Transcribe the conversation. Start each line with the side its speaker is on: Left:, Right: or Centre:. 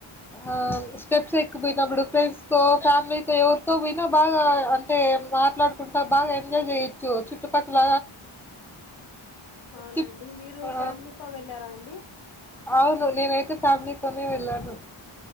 Centre: ఆ స్టెప్స్ ఎక్కుపోయినప్పుడు ఫ్రెండ్స్ త ఫ్యామిలీతో ఎవరితో పోనా బాగా అంటే మాట్లాడుకుంటా బాగా ఎంజాయ్ చెయచ్చు చుట్టుపక్కల
Left: అవునండి
Centre: చి
Left: మీరు
Centre: ఆ
Left: ఫ్యామిలీతో వెళ్ళారా అండి
Centre: అవును నేనైతే ఫ్యామిలీతోనే వెళ్ళాను